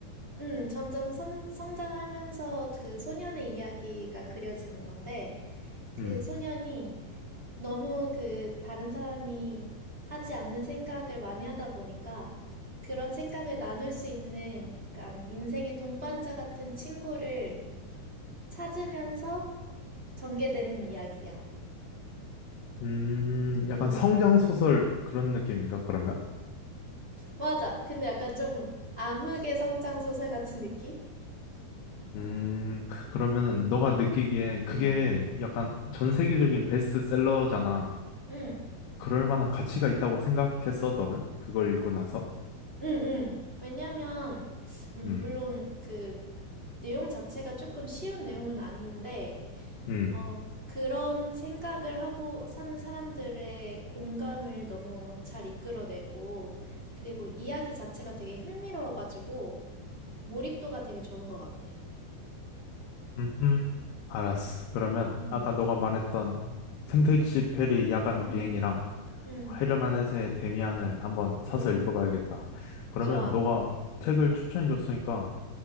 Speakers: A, on the right; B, on the left.
A: 음, 점점 성, 성장하면서 그 소년의 이야기가 그려지는 건데 그
B: 음.
A: 소년이 너무 그 다른 사람이 하지 않는 생각을 많이 하다 보니까 그런 생각을 나눌 수 있는 약간 인생의 동반자 같은 친구를 찾으면서 전개되는 이야기야.
B: 음,
A: 음,
B: 약간 성장 소설 그런 느낌인가, 그러면?
A: 맞아. 근데 약간 좀 암흑의 성장 소설 같은 느낌?
B: 음, 그러면은 너가 느끼기에
A: 음,
B: 그게 약간 전 세계적인 베스트셀러잖아.
A: 음,
B: 그럴 만한 가치가 있다고 생각했어, 너는? 그걸 읽고 나서?
A: 음, 음. 음. 왜냐면, 음,
B: 음,
A: 물론 그 내용 자체가 조금 쉬운 내용은 아닌데,
B: 음,
A: 어, 그런 생각을 하고 사는 사람들의 공감을 너무 잘 이끌어내고, 그리고 이야기 자체가 되게 흥미로워가지고, 몰입도가 되게 좋은 것 같아.
B: 음, 음. 알았어. 그러면
A: 응,
B: 아까 너가 말했던 생택시 페리 야간
A: 응,
B: 비행이랑
A: 응,
B: 헤르만 헤세의 데미안을 한번 사서
A: 응,
B: 읽어봐야겠다. 그러면
A: 좋아.
B: 너가 책을 추천해줬으니까,